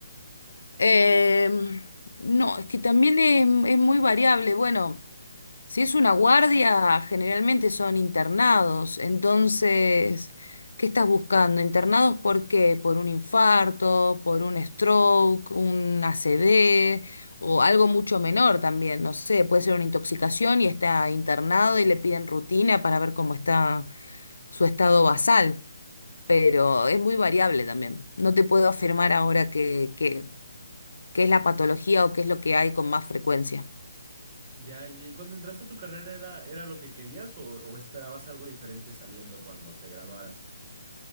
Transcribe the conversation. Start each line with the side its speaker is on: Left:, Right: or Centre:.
Left: Em, no, es que también es, es muy variable. Bueno. Si es una guardia, generalmente son internados. Entonces, ¿qué estás buscando? ¿Internados por qué? ¿Por un infarto, por un stroke, un ACV o algo mucho menor también? No sé, puede ser una intoxicación y está internado y le piden rutina para ver cómo está su estado basal. Pero es muy variable también. No te puedo afirmar ahora qué que, que, qué es la patología o qué es lo que hay con más frecuencia.
Right: Ya, ya, ¿y cuando entraste a tu carrera era, era lo que querías o, o esperabas algo diferente saliendo cuando te graduaras?